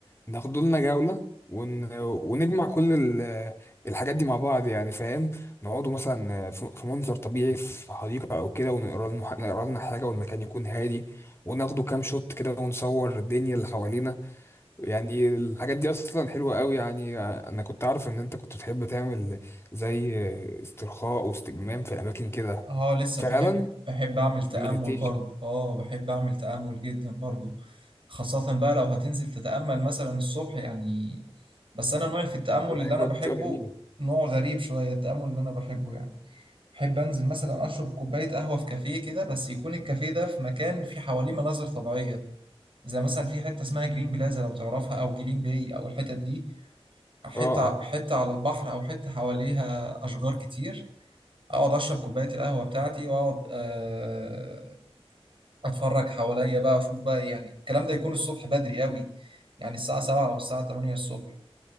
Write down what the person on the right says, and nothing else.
اه لسه
بحب بحب اعمل تأمل
برضه اه بحب اعمل تأمل جدا برضه خاصة بقى لو هتنزل تتأمل مثلا الصبح يعني بس انا نوعي في التأمل
اللي انا بحبه
نوع غريب شوية التأمل اللي انا بحبه يعني بحب انزل مثلا اشرب كوباية قهوة في كافيه كده بس يكون الكافيه ده في مكان فيه حواليه مناظر طبيعية زي مثلا في حته اسمها جرين بلازا لو تعرفها او جلين باي او الحتت دي حته
حته على البحر او حته حواليها اشجار كتير اقعد اشرب كوبايه القهوه بتاعتي واقعد آه، اتفرج حواليا بقى اشوف بقى يعني الكلام ده يكون الصبح بدري قوي يعني الساعه 7 او الساعه 8 الصبح